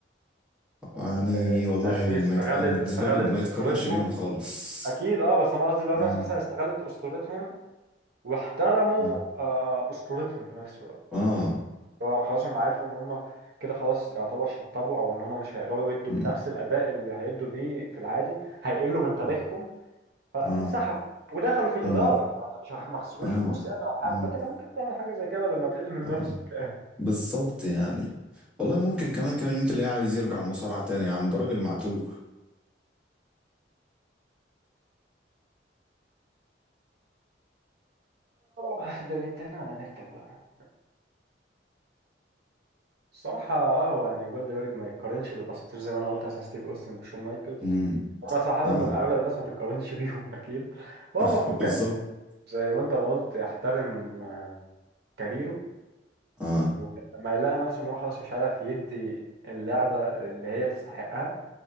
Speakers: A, in the centre; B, on the right.
A: يعني
B: آه،
A: والله
B: الناس دي استغلت
A: ما يت... انا بالنسبه
B: استغلت
A: لي ما
B: اسطورتهم
A: يتقارنش بيهم خالص
B: اكيد اه بس انا قصدي لو
A: آه
B: ناس مثلا استغلت اسطورتهم واحترموا
A: آه
B: آه، اسطورتهم في نفس الوقت
A: آه
B: هو خلاص هم عارفوا ان هم كده خلاص يعتبر شطبوا او ان هم مش هيقدروا يدوا
A: مم،
B: بنفس الاداء اللي هيدوا بيه في العادي هيقلوا من تاريخهم
A: مم،
B: فانسحبوا
A: آه
B: ودخلوا في الاداره
A: مم،
B: ما مش هخ- ما خسروش
A: آه
B: فلوس يعني ولا حاجه
A: آه
B: ما انت كان ممكن تعمل حاجه زي كده لما تقل من
A: آه
B: نفسك
A: بالظبط يعني والله ممكن كمان كام يوم تلاقيه عايز يرجع المصارعة تاني يا عم ده راجل معتوه
B: اه ده نتنا على نتك بقى الصراحة اه هو يعني جولدبرج ما يتقارنش بالأساطير زي ما أنا قلت مثلا ستيف أوستن وشون مايكلز
A: مم،
B: هما صراحة
A: آه
B: إن أغلب الناس ما تتقارنش <laughs> بيهم أكيد هو
A: <laughs>
B: المفروض كان
A: بالظبط
B: زي ما أنت ما قلت يحترم كاريره
A: آه
B: وكان لما لقى نفسه إن هو خلاص مش عارف يدي اللعبة اللي هي تستحقها